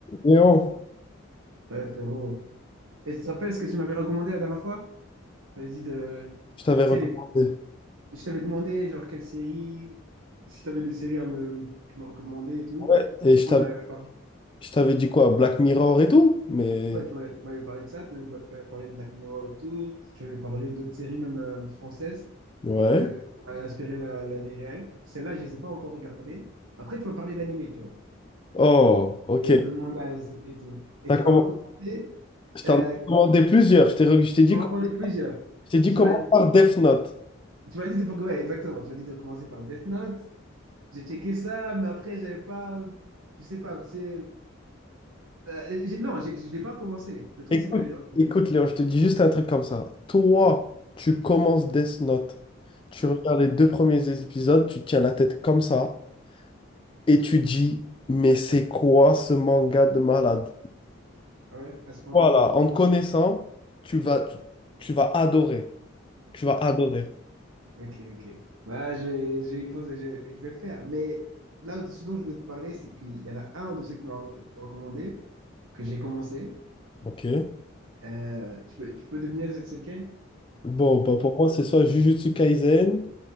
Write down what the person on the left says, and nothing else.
Léon,
je t'avais
recommandé.
Ouais, et je
t'avais,
je t'avais dit quoi? Black Mirror et tout? Mais.
Ouais.
Oh, ok.
T'as
comm-
Je t'en
ai
commandé plusieurs. Je t'ai re- je t'ai dit,
co-
je t'ai dit
comment
par Death Note.
Écoute,
écoute, Léon, je te dis juste un truc comme ça. Toi,
tu commences Death Note. Tu
regardes les deux premiers épisodes, tu tiens la tête comme ça et tu dis, mais c'est quoi ce manga de malade?
Voilà, en te connaissant, tu vas, tu vas adorer. Tu vas adorer.
Ok.
Bon, bah pour moi, c'est soit Jujutsu Kaisen,